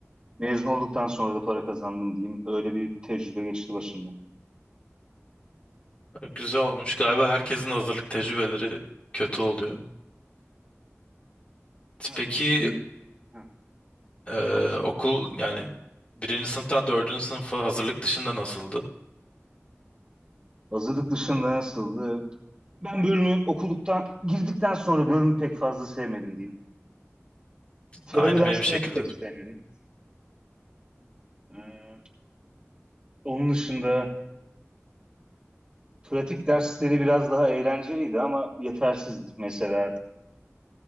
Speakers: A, on the right; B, on the left.
A: Mezun olduktan sonra da para kazandım diyeyim. Öyle bir tecrübe geçti başımdan.
B: Güzel olmuş. Galiba herkesin hazırlık tecrübeleri kötü oluyor.
A: Ya
B: Peki
A: bir şeyi Heh,
B: e,
A: dur.
B: okul yani birinci sınıftan dördüncü sınıfa hazırlık dışında nasıldı?
A: hazırlık dışında nasıldı? Ben bölümü okuduktan, girdikten sonra bölümü pek fazla sevmedim diyeyim. Teori
B: Aynı
A: derslerini
B: benim şekilde.
A: pek sevmedim. Ee, onun dışında Pratik dersleri biraz daha eğlenceliydi ama yetersizdi. Mesela